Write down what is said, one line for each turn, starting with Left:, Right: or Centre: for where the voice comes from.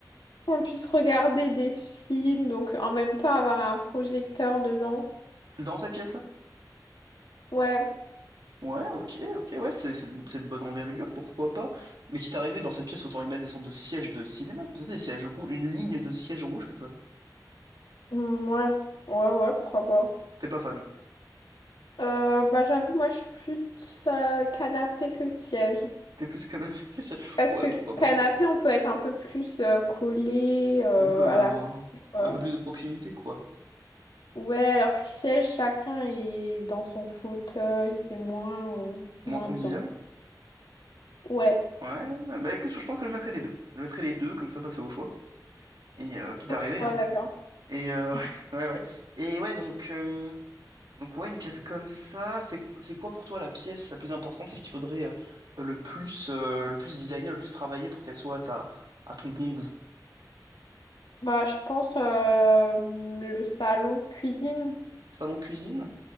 Left: on puisse regarder des films, donc en même temps avoir un projecteur dedans.
Right: Dans cette pièce-là?
Left: Ouais,
Right: Ouais, ok, ok, ouais, c'est c'est de c'est de bonne envergure, pourquoi pas. Mais quitte à arriver dans cette pièce, autant y mettre des sortes de sièges de cinéma, comme ça, des sièges rouges, une ligne de sièges rouges comme ça.
Left: Hmm, ouais, ouais, ouais, pourquoi pas.
Right: T'es pas fan.
Left: Euh, bah, j'avoue, moi, je suis plus euh, canapé que siège.
Right: T'es plus canapé que <laughs> siège.
Left: Parce
Right: Ouais,
Left: que
Right: pourquoi pas.
Left: canapé, on peut être un peu plus euh, collé euh,
Right: Ouh là
Left: à
Right: là.
Left: la coupe.
Right: Un peu plus de proximité, quoi.
Left: Ouais, alors que le siège, chacun est dans son fauteuil, c'est moins, euh,
Right: Moins
Left: moins
Right: convivial.
Left: bien. Ouais,
Right: Ouais, ouais. bah écoute, je pense que je mettrai les deux. Je mettrai les deux, comme ça, bah, c'est au choix. Et euh, quitte
Left: au
Right: à arriver,
Left: choix,
Right: hein.
Left: d'accord.
Right: Et euh, <laughs> ouais, ouais, ouais. Et ouais, donc, euh, donc ouais, une pièce comme ça, c'est c'est quoi pour toi la pièce la plus importante, celle qu'il faudrait euh, le plus euh, le plus designer, le plus travailler pour qu'elle soit à ta, à ton bon goût?
Left: Bah, je pense euh, le salon cuisine.
Right: Salon de cuisine?